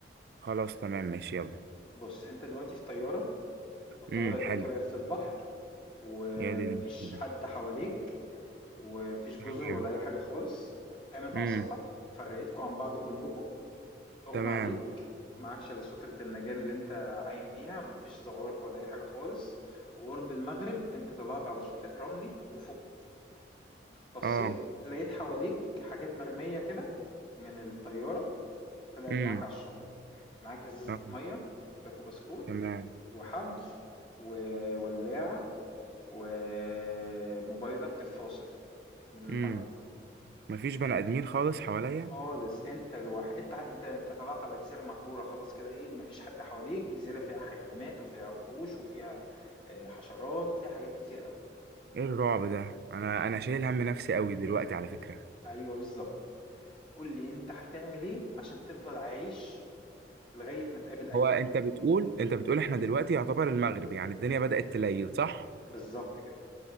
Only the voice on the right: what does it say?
خلاص تمام ماشي يلا
امم
حلو
يا دي المشكلة
تمام
امم
تمام
اه
امم
آه،
تمام
امم مفيش بني ادمين خالص حواليا
ايه الرعب ده انا انا شايل هم نفسي قوي دلوقتي على فكرة
هو انت
بتقول انت بتقول احنا دلوقتي يعتبر المغرب يعني الدنيا بدأت تليل صح